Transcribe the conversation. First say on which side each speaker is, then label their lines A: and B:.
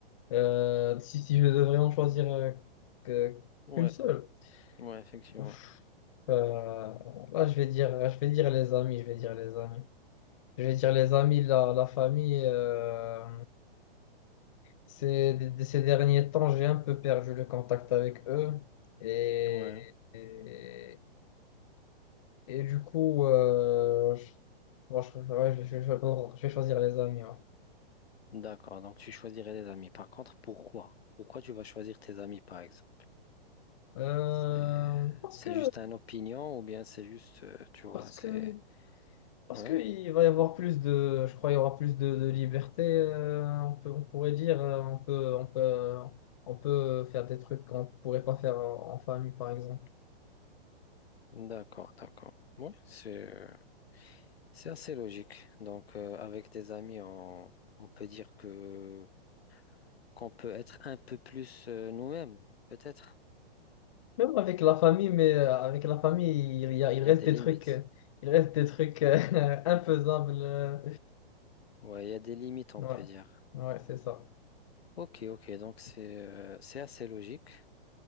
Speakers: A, on the left (about 35°); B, on the left (about 85°).
A: Euh, si, si je devrais en choisir euh, que-
B: Ouais,
A: qu'une seule,
B: ouais, effectivement.
A: ouf, euh, là je vais dire, je vais dire les amis, je vais dire les amis, je vais dire les amis, la, la famille. euh, ces, de- ces derniers temps, j'ai un peu perdu le contact avec eux et,
B: Ouais.
A: et, et du coup, euh, je, bon, je, ouais, je- je- je- je vais choisir les amis. ouais.
B: D'accord, donc tu choisirais des amis. Par contre, pourquoi? Pourquoi tu vas choisir tes amis, par exemple?
A: Euh,
B: C'est
A: parce
B: c'est
A: que,
B: juste une opinion ou bien c'est juste, euh, tu vois,
A: parce que
B: c'est...
A: Parce
B: Ouais,
A: qu'il va y avoir plus de, je crois, il y aura plus de, de liberté, euh, on peut, on pourrait dire, euh, on peut, on peut, on peut faire des trucs qu'on ne pourrait pas faire en, en famille, par exemple.
B: d'accord, d'accord. Ouais, c'est euh, c'est assez logique. Donc, euh, avec des amis, on, on peut dire que qu'on peut être un peu plus euh, nous-mêmes, peut-être.
A: Même avec la famille, mais euh, avec la famille, il y a, il
B: Il
A: reste
B: y a des
A: des
B: limites.
A: trucs, euh, il reste des trucs euh, <laughs> infaisables. euh.
B: Ouais, il y a des limites, on
A: Ouais,
B: peut dire.
A: ouais, c'est ça.
B: Ok, ok, donc c'est euh, c'est assez logique.